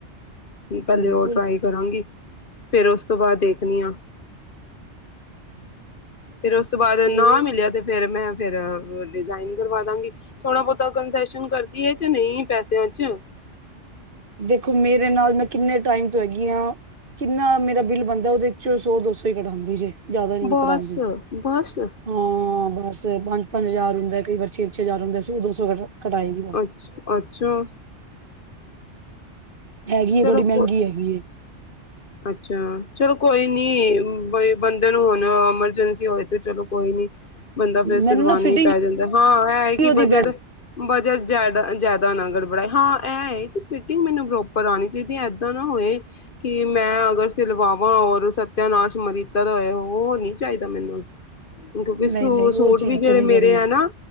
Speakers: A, on the left; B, on the right.
A: ਪਹਿਲੇ
B: ਬਿਲਕੁਲ
A: ਉਹ ਟਰਾਈ ਕਰਾਂਗੀ। ਫੇਰ ਉਸ ਤੋਂ ਬਾਅਦ ਦੇਖਣੀ ਆ। ਫੇਰ ਉਸ ਤੋਂ ਬਾਅਦ
B: ਤੇ
A: ਨਾ ਮਿਲਿਆ ਤੇ ਫੇਰ ਮੈਂ ਫੇਿਰ ਡਿਜ਼ਾਇਨ ਕਰਵਾ ਦਾਂਗੀ। ਥੋੜਾ -ਬਹੁਤਾ ਕੰਸੇਸ਼ਨ ਕਰਦੀ ਹੈ ਤੇ ਨਹੀਂ ਪੈਸਿਆਂ ਚ'।
B: ਦੇਖੋ ਮੇਰੇ ਨਾਲ ਮੈਂ ਕਿੰਨੇ ਟਾਈਮ ਤੋਂ ਹੈਗੀ ਹਾਂ। ਕਿੰਨਾ ਮੇਰਾ ਬਿੱਲ ਬਣਦਾ ਉਹਦੇ ਚੋਂ ਸੌ- ਦੋ ਸੌ ਹੀ ਕਟਾਉਂਦੀ ਜੇ। ਜ਼ਿਆਦਾ ਨ ਨੀ
A: ਬਸ
B: ਕਟਾਉਂਦੀ
A: ਬਸ
B: ਹਾਂ, ਬਸ ਪੰਜ- ਪੰਜ ਹਜ਼ਾਰ ਹੁੰਦਾ ਕਈ ਵਛੇ ਪਿੱਛੇ ਹਜਾਰ ਹੁੰਦੇ ਸੀ। ਦੋ ਸੌ ਕਟਾਏਗੀ ਨਾ।
A: ਅੱਛਾ ਅੱਛਾ
B: ਹੈਗੀ
A: ਚਲੋ
B: ਏ ਥੋੜੀ ਮਹਿੰਗੀ
A: ਕੋ
B: ਹੈਗੀ ਏ।
A: ਅੱਛਾ ਚਲੋ, ਕੋਈ ਨੀ ਬ ਬੰਦੇ ਨੂੰ ਹੁਣ ਐਮਰਜੈਂਸੀ ਹੋਏ ਤੇ ਚਲੋ ਕੋਈ ਨੀ। ਬੰਦਾ ਫੇਰ ਸਿਲਵਾਾਨ
B: ਮੈਨੂੰ ਨਾ ਫਿਟਿੰਗ
A: ਹੀ ਪੈ ਜਾਂਦਾ ਹਾਂ, ਇਹ ਕਿ
B: ਉਹਦੀ
A: ਬਜਟ
B: ਬੈ
A: ਬਜਟ ਜੈਦਾ- ਜੈਦਾ ਅਗਰ ਬਣਾਈ। ਹਾਂ, ਇਹ ਫਿਟਿੰਗ ਮੈਨੂੰ ਪ੍ਰੋਪਰ ਆਉਣੀ ਚਾਹੀਦੀ ਹੈ। ਦ ਨਾ ਹੋਏ। ਕਿ ਮੈਂ ਅਗਰ ਸਿਲਵਾਵਾਂ ਔਰ ਸਤਿਆਨਾਸ਼ ਮਿਲੀਤਾ ਹੋਏ ਉਹ ਨੀ ਚਾਹੀਦਾ ਮੈਨੂੰ। ਦੋਖੋ,
B: ਨਹੀਂ ਨਹੀਂ
A: ਸੂਟ
B: ਉਹ ਚੀਜ਼
A: ਵੀ ਜਿਹੜੇ
B: ਤੇ ਨਹੀਂ
A: ਮੇਰੇ
B: ਕਰੇਗੀ
A: ਆ ਨਾ।